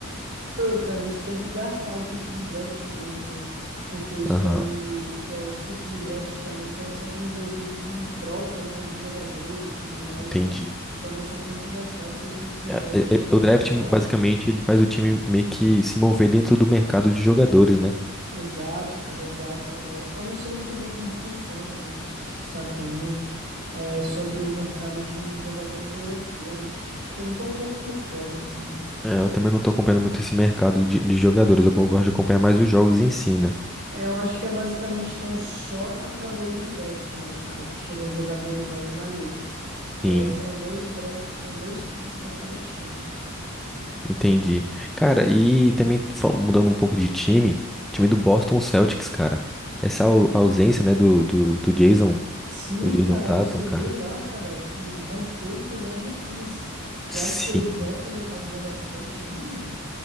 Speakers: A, on the right; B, in the centre.
A: Pô, cara, eles têm que gastar o pique de draft dele, né? Porque isso
B: Aham,
A: daí, é, os piques de draft também estão sempre envolvidos em trocas, né, de jogadores e tudo mais.
B: entendi.
A: Então você tem que gastar o seu pique de draft
B: É, é,
A: aí
B: é,
A: toda
B: o draft,
A: temporada.
B: basicamente, ele faz o time meio que se mover dentro do mercado de jogadores, né?
A: Exato, cara, exato. É, eu não sei muito bem como funciona, não sei se você sabe também, é, sobre o mercado de jogadores europeus, esse tipo de coisa. Eu tô um pouco por fora, assim.
B: É, eu também não tô acompanhando muito esse mercado de, de jogadores, eu gosto de acompanhar mais os jogos em si, né?
A: É, eu acho que é basicamente tão só através do draft, né, cara, que chegam jogadores novos na liga. É,
B: Sim.
A: são dois drafts, são dois picks para cada time.
B: Entendi. Cara, e também fa- mudando um pouco de time, o time do Boston Celtics, cara. Essa au- ausência, né, do, do, do Jason,
A: Sim,
B: do Jason
A: cara,
B: Tatum,
A: você
B: cara.
A: viu lá, cara, que rompeu o tendão de Aquiles. Tu
B: Sim.
A: acha que ele volta a jogar um bom basquete ainda, mano?